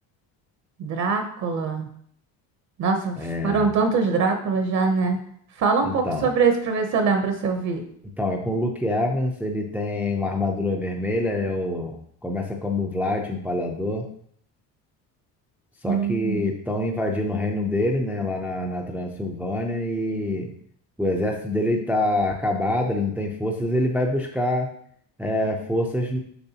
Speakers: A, on the right (about 50°); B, in the centre.
A: Drácula. Nossa,
B: É,
A: foram tantos Dráculas já, né? Fala um
B: então.
A: pouco sobre esse pra ver se eu lembro se eu vi.
B: Então, é com o Luke Evans, ele tem uma armadura vermelha, ele é o, começa como Vlad, o Empalador. Só
A: Hum.
B: que estão invadindo o reino dele, né, lá na, na Transilvânia, e o exército dele está acabado, ele não tem forças, ele vai buscar é, forças